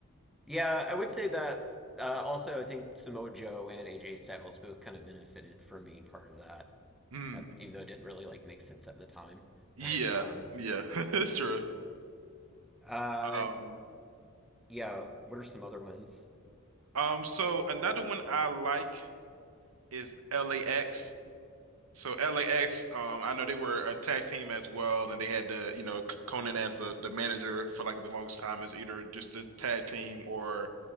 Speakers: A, in the centre; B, on the right.
A: Yeah, I would say that uh, also I think Samoa Joe and AJ Styles both kind of benefited from being part of that,
B: Mm.
A: at, even though it didn't really like make sense at the time.
B: Yeah,
A: Um,
B: yeah, <laughs> it's true.
A: uh,
B: Um,
A: yeah, what are some other ones?
B: um, so another one I like is LAX. So LAX, um, I know they were a tag team as well, and they had the, you know, C- Conan as the, the manager for like the longest time as either just a tag team or